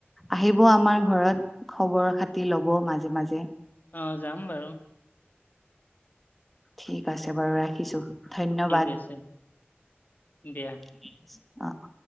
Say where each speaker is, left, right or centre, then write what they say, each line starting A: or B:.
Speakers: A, in the centre; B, on the left (about 50°).
A: আহিব আমাৰ ঘৰত খবৰ খাতি ল'ব মাজে মাজে
B: অ যাম বাৰু
A: ঠিক আছে বাৰু ৰাখিছো ধন্যবাদ
B: ঠিক আছে দিয়া
A: ঠিক আছে অহ